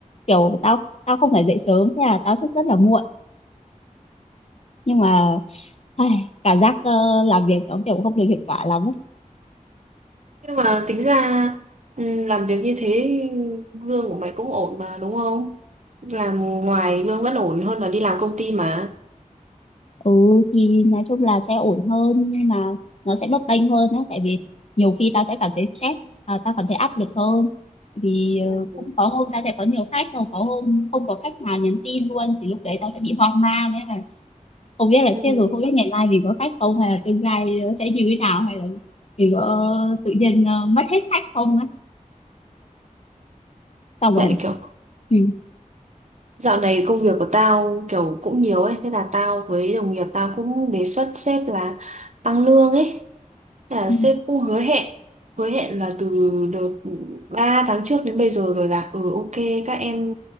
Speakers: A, on the left; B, on the right.
A: kiểu tao tao không phải dậy sớm thế là tao thức rất là muộn nhưng mà ai, cảm giác ờ, làm việc nó kiểu không được hiệu quả lắm ấy.
B: Nhưng mà tính ra ừ, làm việc như thế lương của mày cũng ổn mà đúng không? Làm ngoài lương vẫn ổn hơn là đi làm công ty mà.
A: ừ thì nói chung là sẽ ổn hơn nhưng mà nó sẽ bấp bênh hơn á tại vì nhiều khi tao sẽ cảm thấy stress à, tao cảm thấy áp lực hơn vì
B: Ừ.
A: ờ, cũng có hôm tao sẽ có nhiều khách rồi có hôm không có khách nào nhắn tin luôn thì lúc đấy tao sẽ bị hoang mang ấy mà không biết là
B: Ừ.
A: chết rồi không biết ngày mai mình có khách không hay là tương lai nó sẽ như thế nào hay là mình có tự nhiên ờ, mất hết khách không á xong rồi
B: Lại kiểu
A: ừ.
B: dạo này công việc của tao kiểu cũng nhiều ấy, thế là tao với đồng nghiệp tao cũng đề xuất sếp là tăng lương ấy. Là
A: Ừ,
B: sếp cũng hứa hẹn hứa hẹn là từ đợt 3 tháng trước đến bây giờ rồi là ừ ok các em